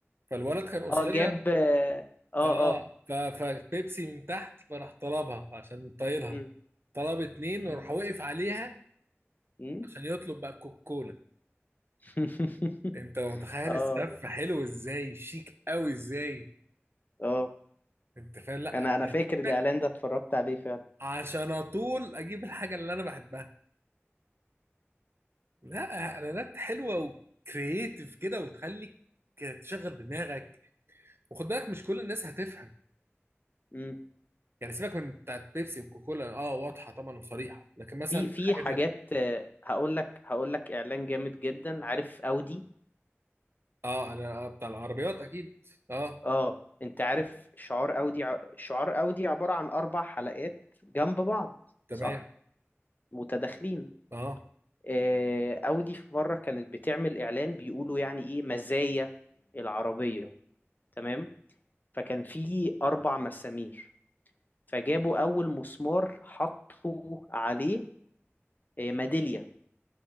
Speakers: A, on the right (about 55°); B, on the left (about 40°).
A: فالولد كان قصير
B: اه جاب اه اه
A: اه
B: آه.
A: ف- فبيبسي من تحت فراح طلبها عشان طايلها
B: مم.
A: طلب اتنين
B: مم.
A: وراح وقف عليها
B: مم.
A: عشان يطلب بقى كوكا كولا
B: <laughs>
A: انت متخيل
B: اه
A: السف حلو ازاي شيك قوي ازاي
B: اه
A: انت فاهم لا
B: انا
A: أنا
B: انا
A: هجيبك
B: فاكر الاعلان ده اتفرجت عليه فعلا
A: عشان اطول اجيب الحاجه اللي انا بحبها لا اعلانات حلوه وكرييتيف كده وتخليك تشغل دماغك وخد بالك مش كل الناس هتفهم
B: مم.
A: يعني سيبك من بتاعت بيبسي وكوكولا اه واضحه طبعا وصريحه لكن مثلا
B: في في
A: حاجه
B: حاجات
A: زي
B: آه، هقول لك هقول لك اعلان جامد جدا عارف اودي
A: اه انا آه، بتاع العربيات اكيد اه
B: اه انت عارف شعار اودي ع- شعار اودي عبارة عن اربع حلقات جنب بعض
A: تمام
B: صح متداخلين
A: اه
B: آه، اودي في مرة كانت بتعمل اعلان بيقولوا يعني ايه مزايا العربية تمام فكان في اربع مسامير فجابوا أول مسمار حطوا عليه آه، ميدالية